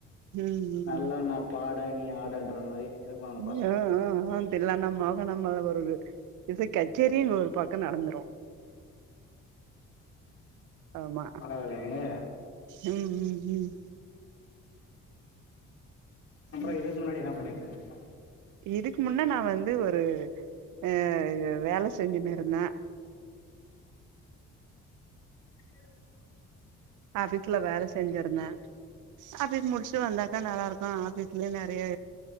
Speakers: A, on the right; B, on the left.
A: ம்
B: அல்ல
A: ம்
B: நா பாட நீ ஆடுன்ற மாரி இருக்குவாங்க பசங்க
A: யா ஆ ஆ ஆன் எல்லா நம்ம மோகனா மேல வருது இசைக் கச்சேரியே ஒரு பக் கோ நடந்துரு. ஆமா
B: பரவாயில்லைங்களே
A: ம் ம் ம்
B: அப்புறோ
A: ம்
B: இதுக்கு முன்னாடி என்னா பண்ணிட்டு இருந்தீங்க? ஆ
A: இதுக்கு முன்ன நா வந்து ஒரு ஆ வேல செஞ்சுனு இருந்தே
B: <inaudible>
A: ஆஃபீஸ் ல வேல செஞ்சிருந்தே. ஆஃபீஸ் முடிச்சுட்டு வந்தாக்கா நல்லாருக்கு ஆபீஸ்லயே நெ றைய